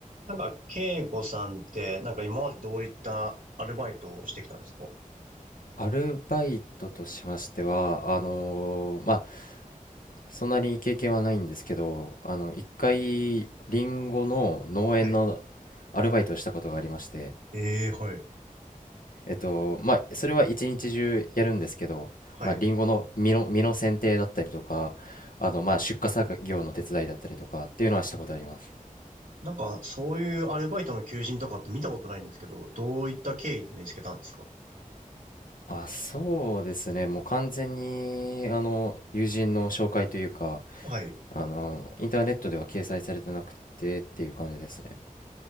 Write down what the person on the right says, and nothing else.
なんか、慶吾さんって、なんか今までどういったアルバイトをしてきたんですか
はい。
ええ、はい。
はい。
なんか、そういうアルバイトの求人とかって見たことないんですけど、どういった経緯で見つけたんですか
はい。